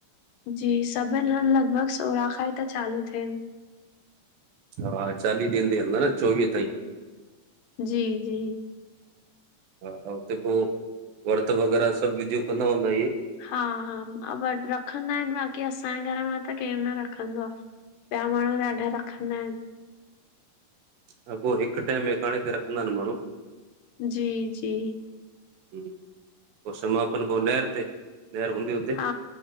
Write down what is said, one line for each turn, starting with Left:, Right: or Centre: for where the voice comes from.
Left: जी सभिन हंध, लगभग सोरां खां ई त चालू थेन।
Right: हा, चालीह ॾींहंन तांई हलंदा न, चोवीहं ताईं।
Left: जी जी
Right: हा, उते पो, वर्त वग़ैरा सभ विधयूं कंदा हूंदा, इहे?
Left: हा हा, शर्त रखंदा एन, बाक़ी असांजे घर मां त केरु न रखंदो आ। ॿया माण्हूं ॾाढा रखंदा एन।
Right: हा, पो हिक टैम एकांणे ते रखंदा एन, माण्हूं।
Left: जी जी
Right: हूं, पो समापन पो नहर ते, नहर हूंदी उते?
Left: हा,